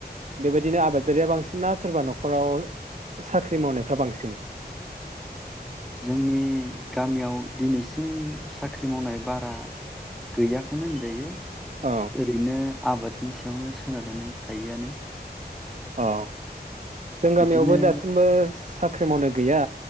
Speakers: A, on the right; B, in the centre.
A: बेबायदिनो आबादारिया बांसिनना सोरबा न खराव साख्रि मावनायफ्रा बांसिन।
B: जोंनि गामियाव दिनैसिम साख्रि मावनाय बारा गैयाखौनो होनजायो।
A: औ
B: ओरैनो आबाद बिनि सायावनो सोनारनानै थायोआनो
A: औ जों गामियावबो
B: बिदिनो
A: दासिमबो साख साख्रि मावनो गैया